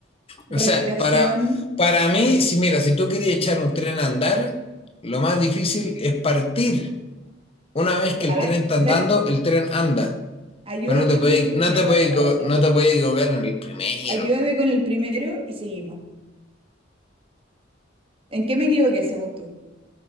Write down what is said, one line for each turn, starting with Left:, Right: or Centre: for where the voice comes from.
Left: O sea,
Right: Respiración.
Left: para, para mí, si mira, si tú querías echar un tren a andar, lo más difícil es partir. Una vez
Right: Ya,
Left: que el
Right: a ver,
Left: tren está andando,
Right: dale,
Left: el tren anda.
Right: ayúdame
Left: Pero no te puedes,
Right: con el primero
Left: no te puedes,
Right: entonces.
Left: equivo- no te puedes equivocar en el primero.
Right: Ayúdame con el primero y seguimos. ¿En qué me equivoqué según tú?